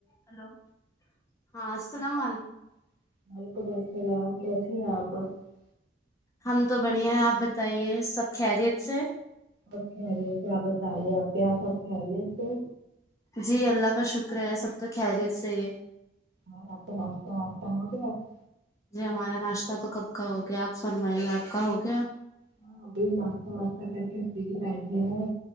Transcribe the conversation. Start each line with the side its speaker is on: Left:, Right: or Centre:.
Left: ہلو <unintelligible> ہاں السلام
Right: اللام و علیکم وعلیکم السلام کیسے ہیں آپ <unintelligible>
Left: ہم تو بڑھیا ہے آپ بتائیے سب خیریت سے
Right: اچھے ار ا کیا آپ بتائیے آپ کیا سب کھ رہی ا سے
Left: جی اللہ کا شکر ہے سب تو خیریت سے یہ
Right: اور آپ کا ناشتہ واشہ ہو گیا <unintelligible>
Left: جی ہمارا ناشتہ تو کب کا ہو گیا آپ فرمائی آپ کا ہو گیا <unintelligible>
Right: ہاں ابھی ناشہ واشہ کر کے پھر بیٹھے ہیں